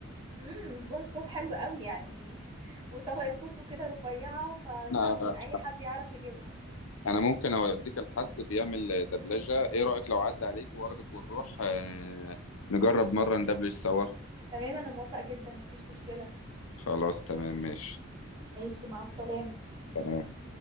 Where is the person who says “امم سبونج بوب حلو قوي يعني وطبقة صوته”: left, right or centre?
Right